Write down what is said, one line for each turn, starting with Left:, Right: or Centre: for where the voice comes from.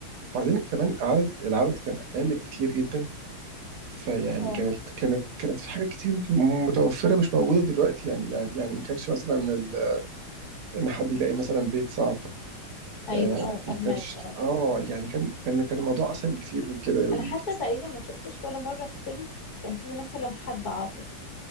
Right: بعدين كمان عدد العدد كان اقل بكتير جدا فيعني
Left: اه
Right: كانت كانت كانت في حاجات كتير متوفرة مش موجودة دلوقتي يعني يعني يعني ما كانش مثلا ال- إن حد يلاقي مثلا بيت صعب
Left: ايوه
Right: آه
Left: اه فهماك
Right: ما كانش
Left: اه
Right: اه يعني كان كان كان الموضوع أسهل بكتير من كده يقول
Left: انا حتى تقريبا ما شفتش ولا مره في فيلم كان فيه مثلا حد عاطل